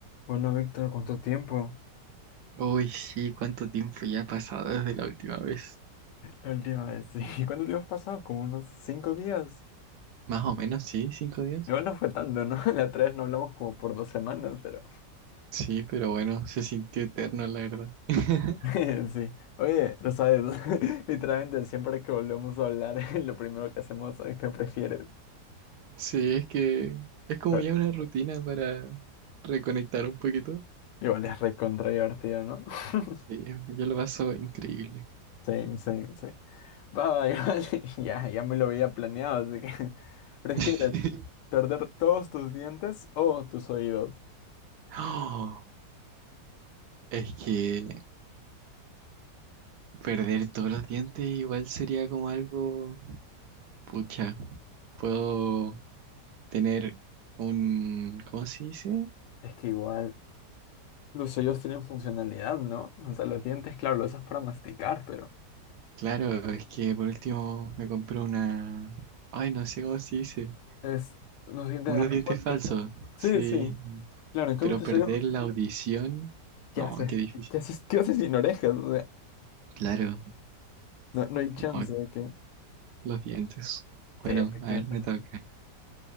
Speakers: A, on the left; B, on the right.
A: Bueno, Víctor, ¿cuánto tiempo?
B: Uy, sí, ¿cuánto tiempo ya ha pasado desde la última vez?
A: El día de sí. <laughs> ¿Cuánto tiempo has pasado? Como unos cinco días.
B: Más o menos, sí, cinco días.
A: Igual no fue tanto, ¿no? <laughs> La otra vez no hablamos como por dos semanas, pero...
B: Sí, pero bueno, se sintió eterno, la verdad. <laughs>
A: <laughs> Sí. Oye, lo sabes, <laughs> literalmente siempre que volvemos a hablar, <laughs> lo primero que hacemos es que prefieres.
B: Sí, es que es como
A: Pero
B: ya una rutina para reconectar un poquito.
A: igual es recontra divertido, ¿no? <laughs>
B: Sí, yo lo paso increíble.
A: Same, same, same. Va, va, igual, <laughs> ya, ya me lo había planeado, así que... <laughs> ¿Prefieres
B: <laughs>
A: perder todos tus dientes o tus oídos?
B: Oh, es que perder todos los dientes igual sería como algo, pucha, puedo tener un, ¿cómo se dice?
A: Es que igual, Los sellos tienen funcionalidad, ¿no? O sea, los dientes, claro, los usas para masticar, pero
B: Claro, es que por último me compré una... Ay, no sé cómo se dice.
A: es unos dientes
B: Unos
A: de repuesto
B: dientes falsos.
A: eso. Sí,
B: Sí.
A: sí, claro, en cambio
B: Pero
A: tus
B: perder
A: sellos,
B: la audición...
A: ¿qué
B: No,
A: haces?
B: qué difícil.
A: ¿Qué haces? ¿Qué haces sin orejas? O sea,
B: Claro,
A: no, no hay chance
B: no,
A: de que...
B: los dientes. Bueno,
A: Sí, efectivamente.
B: a ver, me
A: la-
B: toca.